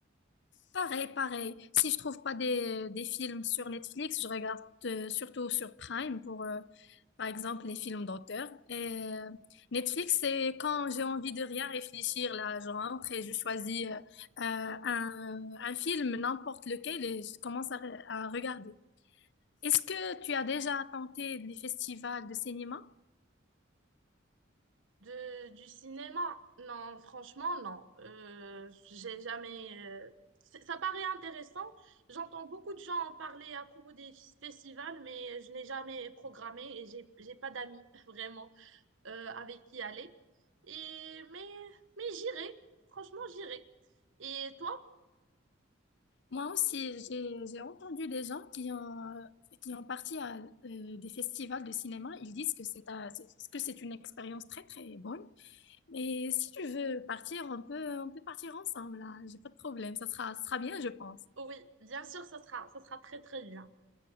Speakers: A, on the left; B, on the right.
A: Pareil, pareil. Si je trouve pas des, des films sur Netflix, je regarde euh, surtout sur Prime pour, euh, par exemple, les films d'auteur. Et euh, Netflix, c'est quand j'ai envie de rien réfléchir, là, je rentre et je choisis euh, euh, un, un film, n'importe lequel, et je commence à, re- à regarder. Est-ce que tu as déjà tenté les festivals de cinéma?
B: De, du cinéma? Non, franchement, non. Euh, j'ai jamais. euh, c'est- Ça paraît intéressant. J'entends beaucoup de gens en parler à propos des f- festivals, mais je n'ai jamais programmé et j'ai, j'ai pas d'amis <laughs> vraiment euh, avec qui aller. Et mais, mais j'irai. Franchement, j'irai. Et toi?
A: Moi aussi, j'ai j'ai entendu des gens qui ont, euh, qui ont parti à euh, des festivals de cinéma. Ils disent que c'est un- c'est- que c'est une expérience très, très bonne. Mais si tu veux partir, on peut, on peut partir ensemble, là. J'ai pas de problème. Ça sera, ça sera bien, je pense.
B: Oui, bien sûr, ça sera, ça sera très très bien.